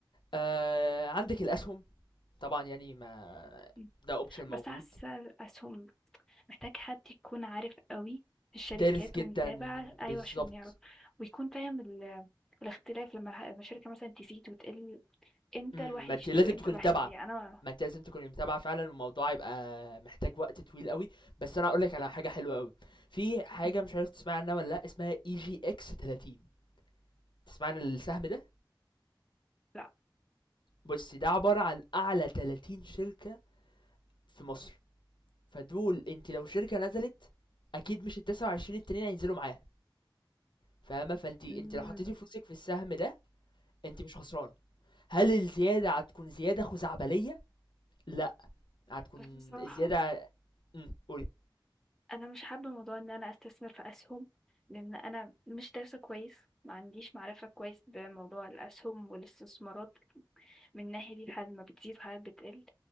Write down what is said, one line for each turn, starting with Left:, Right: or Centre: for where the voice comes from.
Left: آه عندك الاسهم طبعا يعني ما
Centre: مم.
Left: ده اوبشن موجود
Centre: بس حاسة الأسهم محتاج حد يكون عارف قوي في الشركات
Left: دارس جدا
Centre: ومتابع
Left: بالظبط
Centre: أيوة عشان يعرف ويكون فاهم ال- الاختلاف لما الح- لما الشركة مثلا تزيد وتقل امتى
Left: إمم،
Centre: الواحد
Left: ما
Centre: يشتري
Left: أنتِ لازم
Centre: وامتى
Left: تكوني
Centre: الواحد
Left: متابعة،
Centre: يبيع أنا
Left: ما أنتِ لازم تكوني متابعة فعلًا والموضوع هيبقى محتاج وقت طويل أوي، بس أنا هاقول لِك على حاجة حلوة أوي، في حاجة
Centre: مم.
Left: مش عارف تسمعي عنها والّا لأ، اسمها EGX30 تسمعي عن السهم ده؟
Centre: لا
Left: بُصّي ده عبارة عن أعلى 30 شركة في مصر، فدول أنتِ لو شركة نزلت أكيد مش ال29 التانيين هينزلوا معاها، فاهمة؟ فأنتِ أنتِ
Centre: مم.
Left: لو حطيتِ فلوسِك في السهم ده، أنتِ مش خسرانة، هل الزيادة هتكون زيادة خزعبلية؟ لأ، هتكون
Centre: بس بصراحة
Left: الزيادة إمم، قولي.
Centre: أنا مش حابة موضوع إن أنا أستثمر في أسهم لأن أنا مش دارسة كويس ما عنديش معرفة كويس بموضوع الأسهم والاستثمارات من الناحية دي الحالات ما بتزيد وحالات بتقل